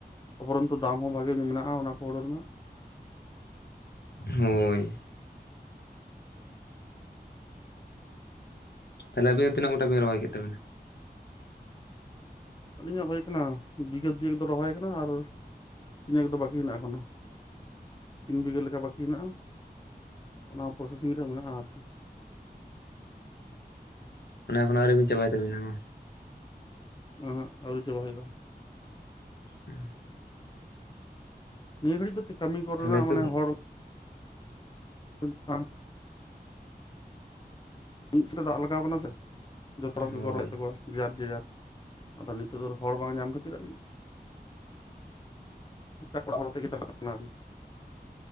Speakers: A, on the left; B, on the left.
A: ᱩᱯᱚᱨᱚᱱᱛᱚ ᱫᱟᱢ ᱦᱚᱸ ᱵᱷᱟᱜᱮᱹ ᱢᱮᱱᱟᱜᱼᱟ ᱚᱱᱟᱠᱚ ᱦᱳᱲᱳ ᱨᱮᱱᱟᱜ ᱾
B: ᱦᱳᱭ ᱾ ᱛᱟᱞᱦᱮ ᱟᱵᱮᱱ ᱛᱤᱱᱟᱹᱜ ᱜᱚᱴᱟ ᱵᱮᱱ ᱨᱚᱦᱚᱭ ᱠᱮᱫ ᱛᱟᱵᱮᱱᱟ?
A: ᱟᱹᱞᱤᱧᱟᱜ ᱦᱳᱭ ᱠᱟᱱᱟ ᱵᱤᱜᱷᱟᱹ ᱫᱩᱭᱮᱠ ᱫᱚ ᱨᱚᱦᱚᱭ ᱠᱟᱱᱟ ᱟᱨ ᱛᱤ-ᱱᱮᱩ ᱫᱚ ᱵᱟᱹᱠᱤ ᱦᱮᱱᱟᱜ ᱟ ᱮᱠᱷᱚᱱᱳ ᱾ ᱛᱤᱱ ᱵᱤᱜᱷᱟᱹ ᱞᱮᱠᱟ ᱵᱟᱹᱠᱤ ᱦᱮᱱᱟᱜᱼᱟ ᱚᱱᱟ ᱦᱚ ᱯᱨᱚᱥᱮᱹᱥᱤᱝ ᱨᱮ ᱢᱮᱱᱟᱜᱼᱟ ᱾
B: ᱚᱱᱚ ᱮᱠᱷᱚᱱᱚ ᱟᱹᱣᱨᱤᱵᱤᱱ ᱪᱟᱵᱟᱭ ᱛᱟᱵᱤᱱᱟ ᱢᱟ
A: ᱮᱸᱦᱮᱸᱜ, ᱟᱹᱣᱨᱤ ᱪᱟᱵᱟ ᱦᱳᱭᱳᱜᱼᱟ ᱾
B: ᱯᱤ-ᱮᱸᱷᱮᱸᱦ ᱾
A: ᱱᱤᱭᱟᱹ ᱜᱷᱟᱹᱲᱤᱡ ᱫᱚ ᱪᱮᱜ ᱠᱟᱹᱢᱤ ᱜᱟᱲᱚ
B: ᱛᱟᱦᱚᱞᱮ
A: ᱨᱮᱱᱟᱜ
B: ᱱᱤᱛᱚᱜ
A: ᱢᱟᱱᱮ
B: ᱫᱚ
A: ᱦᱚᱲ ᱾ ᱯᱦᱩᱞᱷ ᱥᱟᱝ ᱾ ᱢᱤᱫ ᱥᱮᱛᱮ ᱫᱟᱜ ᱞᱟᱜᱟᱣ ᱠᱟᱱᱟ ᱥᱮ ᱡᱚᱛᱚ ᱦᱚᱲ
B: ᱦᱳᱭ
A: ᱜᱮᱠᱚ ᱨᱚᱦᱚᱮᱫ ᱛᱟᱠᱚᱣᱟ ᱡᱮᱹᱡᱟᱨ ᱡᱮᱹᱡᱟᱨ ᱟᱫᱚ ᱱᱤᱛᱚᱜ ᱫᱚ ᱦᱚᱲ ᱵᱟᱝ ᱧᱟᱢ ᱠᱷᱟᱹᱛᱤᱨ ᱟᱨᱠᱤ ᱴᱩᱠ-ᱴᱟᱠ ᱚᱲᱟᱜ ᱦᱚᱲ ᱛᱮᱜᱮ ᱪᱟᱞᱟᱜ ᱠᱟᱱᱟ ᱠᱟᱢᱤ ᱾